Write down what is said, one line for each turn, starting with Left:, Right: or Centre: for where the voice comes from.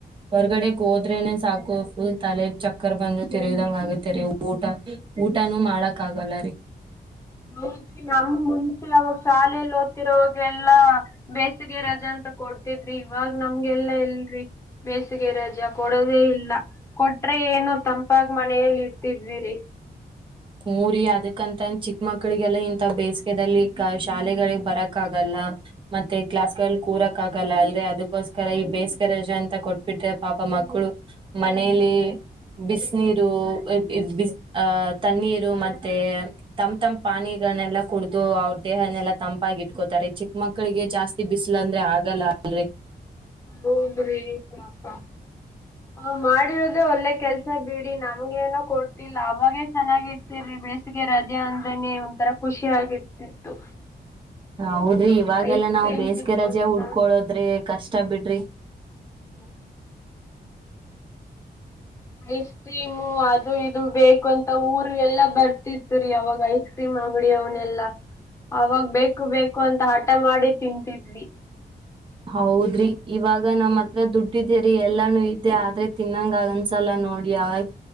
Right: ಹೊರ್ಗಡೆಗ್ ಹೋದ್ರೆನೆ ಸಾಕು ಫುಲ್ ತಲೆ ಚಕ್ಕರ್ ಬಂದು ತಿರಗದಂಗ ಆಗತ್ತ ರರಿ ಊಟ ಊಟಾನೂ ಮಾಡಕ್ ಆಗಲ್ಲ ರೀ
Left: ಹೌದ್ರಿ ನಮ್ ಮುಂಚೆ ಅವಾಗ ಶಾಲೆಯಲ್ಲಿ ಓದ್ತಿರೋವಾಗೆಲ್ಲಾ ಬೇಸಿಗೆ ರಜಾ ಅಂತ ಕೊಡ್ತಿದ್ರಿ ಇವಾಗ ನಮ್ಗೆಲ್ಲಾ ಇಲ್ರಿ ಬೇಸಿಗೆ ರಜಾ ಕೊಡೋದೇ ಇಲ್ಲ ಕೊಟ್ರೆ ಏನೋ ತಂಪಾಗ ಮನೆಯಲ್ಲಿ ಇರ್ತಿದ್ವಿರಿ
Right: ಮೂರಿ ಅದಕ್ಕಂತ ಚಿಕ್ಕ ಮಕ್ಳಿಗೆಲ್ಲ ಇಂಂತ ಬೇಸಿಗೆದಲ್ಲಿ ಶಾಲೆಗಳಿಗೆ ಬರಕ್ಗಲ್ಲ ಮತ್ತೆ ಕ್ಲಾಸ್ಗಳ ಕೂರಕ್ ಆಗಲ್ಲ ಅಲ್ ಅದಕ್ಕೋಸ್ಕರ ಈ ಬೇಸಿಗೆ ರಜೆ ಅಂತ ಕೊಟ್ಬಿಟ್ರೆ ಪಾಪ ಮಕ್ಕಳು ಮನೇಲಿ ಬಿಸ ನೀರು ಬ ತಣ್ಣೀರು ಮತ್ತೆ ತಮ್ ತಮ ಪಾನಿಗಳನ್ನೆಲ್ಲಾ ಕುಡ್ದು ಅವ್ರ ದೇಹನೆೆಲ್ಲಾ ತಂಪಾಗಿ ಇಟ್ಕೋತಾರೆ ಚಿಕ್ಕ ಮಕ್ಳಿಗೆ ಜಾಸ್ತಿ ಬಿಸಿಲ ಅಂದ್ರೆ ಆಗಲ್ಲ ಅಲ್ರಿ
Left: ಹದ್ರಿಪ ಹ ಮಾಡಿರೋದೇ ಒಳ್ಳೆ ಕೆಲ್ಸ ಬಿಡಿ ನಮ್ಗೇನೋ ಕೊಟ್ಟಲ್ಲ ಅವಾಗೇ ಚೆನ್ನಾಗಿರ್ತಿ ಬೇಸಿಗೆ ರಜೆ ಅಂದ್ರೇನನೆ ಒಂತರ ಖುಷಿ ಆಗಿರ್ತಿತ್ತು
Right: ಹೌದ್ರಿ ಇವಾಗೆಲ್ಲಾ
Left: ಐಸ್
Right: ನಾವ್
Left: ಕ್ರೀಮ್
Right: ಬೇಸಿಗೆ
Left: ತಿನ್ಕೊಂತ
Right: ರಜೆ ಉಡ್ಕೊಳೋದ್ರಿ ಕಷ್ಟ ಬಿಡ್ರಿ
Left: ಹ್ಮ್ <unintelligible> ಐಸ್ ಕ್ರೀಮು ಅದು ಇದು ಬೇಕು ಅಂತ ಊರ್ ಎಲ್ಲ ಬರ್ತ ಇ ಇತ್ತು ರೀ ಆವಾಗಯ್ ಬಿಸಿ ಮಾಡ್ಬಿಡಿ ಅವನೆಲ್ಲಾ ಅವಾಗ ಬೇಕು ಬೇಕು ಅಂತ ಹಠ ಮಾಡಿ ತಿಂತಿದ್ವಿ
Right: ಹೌದ್ರಿ ಇವಾಗ ನಮ್ಮ ಹತ್ರ ದುಡ್ಡಿದೇರಿ ಎಲ್ಲಾನು ಇದ್ದೆ ಆದ್ರೆ ತಿನ್ನಂಗಗನ್ಸಲ್ಲ ನೋಡಿ ಅವಾಗ